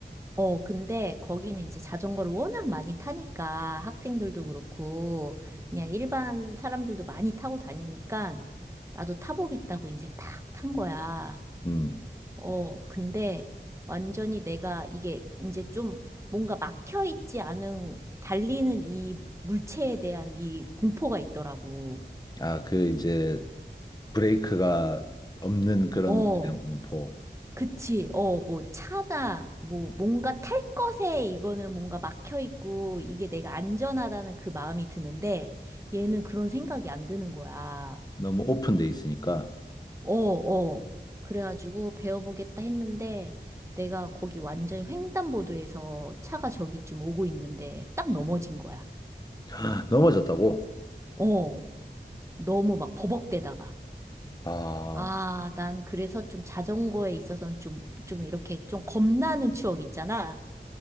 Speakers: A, on the right; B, on the left.
A: 어, 근데 거기는 이제 자전거를 워낙 많이 타니까 학생들도 그렇고 그냥 일반 사람들도 많이 타고 다니니까 나도 타보겠다고 이제 딱 탄 거야.
B: 음.
A: 어, 근데 완전히 내가 이게 이제 좀 뭔가 막혀 있지 않은 달리는 이 물체에 대한 이 공포가 있더라고.
B: 아, 그 이제 브레이크가 없는 그런
A: 어,
B: 거에 대한 공포.
A: 그치. 어, 뭐, 차다. 뭐, 뭔가 탈 것에 이거는 뭔가 막혀 있고, 이게 내가 안전하다는 그 마음이 드는데, 얘는 그런 생각이 안 드는 거야.
B: 너무 오픈돼 있으니까.
A: 어, 어. 그래가지고 배워보겠다 했는데, 내가 거기 완전히 횡단보도에서 차가 저기쯤 오고 있는데, 딱 넘어진 거야.
B: <gasps> 넘어졌다고?
A: 어, 너무 막 버벅대다가.
B: 아,
A: 아, 난 그래서 좀 자전거에 있어서는 좀, 좀 이렇게 좀 겁나는 추억 있잖아.